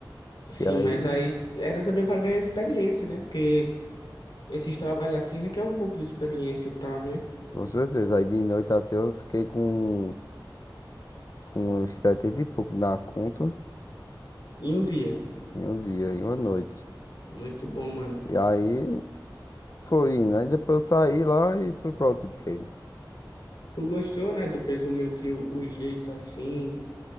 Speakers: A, on the left (about 85°); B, on the left (about 45°).
A: sim,
B: E aí,
A: mas aí era também pra ganhar experiência, né? Porque esses trabalhos assim requer um pouco de experiência e tal, né?
B: com certeza, aí de noite assim eu fiquei com, com uns 70 e pouco na conta
A: Em um dia.
B: em um dia, em uma noite.
A: Muito bom, mano.
B: E aí foi indo. Aí depois eu saí lá e fui pra outro emprego.
A: Tu gostou, né? Tu pegou meio que o, o jeito assim